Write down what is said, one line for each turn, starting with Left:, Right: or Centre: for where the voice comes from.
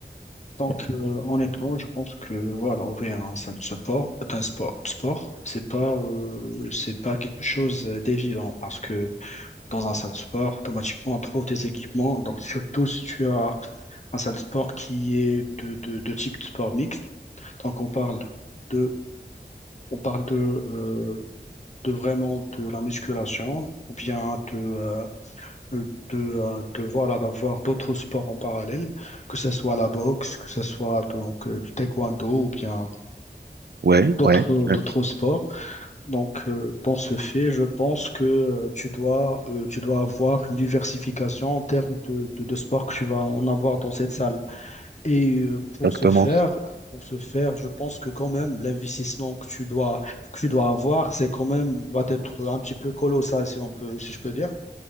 Left: Donc, euh, honnêtement, je pense que voilà, ouvrir un centre de support, d'un sport, de sport, c'est pas, euh, c'est pas quelque chose d'évident parce que dans un centre de sport, automatiquement, on trouve des équipements. Donc, surtout si tu as un centre de sport qui est de, de, de type de sport mixte. Donc, on parle de, on parle de, euh, de vraiment de la musculation ou bien de, euh, euh, de, euh, de voilà, d'avoir d'autres sports en parallèle, que ce soit la boxe, que ce soit donc euh, du taekwondo ou bien
Right: Ouais,
Left: d'autres
Right: ouais, ouais,
Left: d'autres sports. Donc, euh, dans ce fait, je pense que euh, tu dois, euh, tu dois avoir une diversification en termes de, de, de sports que tu vas en avoir dans cette salle. Et euh, pour
Right: exactement.
Left: ce faire, pour ce faire, je pense que quand même l'investissement que tu dois, que tu dois avoir, c'est quand même va être un petit peu colossal, si on peut, si je peux dire.